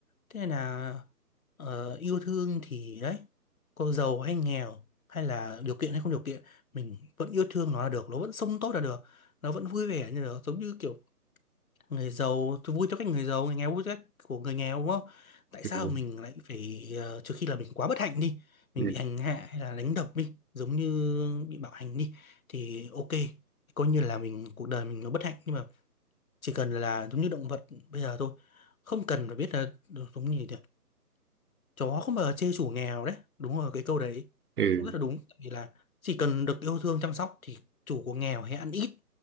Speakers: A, on the left; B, on the right.
A: thế nên là ờ, yêu thương thì đấy có giàu hay nghèo hay là điều kiện hay không điều kiện mình vẫn yêu thương nó là được nó vẫn sống tốt là được nó vẫn vui vẻ như được giống như kiểu người giàu tôi vui cho cách người giàu người nghèo vui cho cách của người nghèo đúng không tại
B: ừ.
A: sao mình lại phải ờ, trừ khi là mình quá bất hạnh đi mình
B: Ừ.
A: bị hành hạ hay là đánh đập đi giống như bị bạo hành đi thì ok coi như là mình cuộc đời mình nó bất hạnh nhưng mà chỉ cần là giống như động vật bây giờ thôi không cần phải biết là giống như chó không bao giờ chê chủ nghèo đấy đúng rồi cái câu đấy
B: Ừ.
A: cũng rất là đúng Tại vì là chỉ cần được yêu thương chăm sóc thì chủ có nghèo hay ăn ít